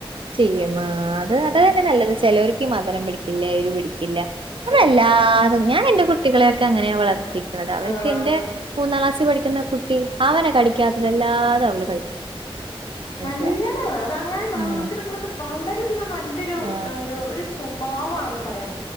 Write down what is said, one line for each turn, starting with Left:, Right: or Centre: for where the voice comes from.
Right: ചെയ്യും. ആ അത്
Left: ഉം
Right: അത എന്നെ നല്ലത് ചെലോര് ക്ക്‌ മധുരം പിടി ക്കില്ല എരു പിടിക്കില്ല നമ്മളെല്ലാതെ
Left: ഉം
Right: ഞാ എന്റെ കുട്ടികളൊക്കെ അങ്ങനെ വളർ ത്തിക്ക്‌ണത്. അവർക്ക്
Left: ആ
Right: എന്റെ മൂന്നാം ക്ലാസി പഠിക് ക്യുന്ന കുട്ടി അവരെ കടിക്കാത്തതല്ലാതെ അവള് കഴിക്കും. മനസ്സിലായോ?
Left: നല്ലതാണ് അതങ്ങൻ വളർത്തിട്
Right: ആണോ?
Left: <unintelligible> വളരെ ഇത് നല്ലൊരു
Right: ആ.
Left: അ ഒരു ഒരു സൊ ഭാവാണെന്ന് പറയാമോ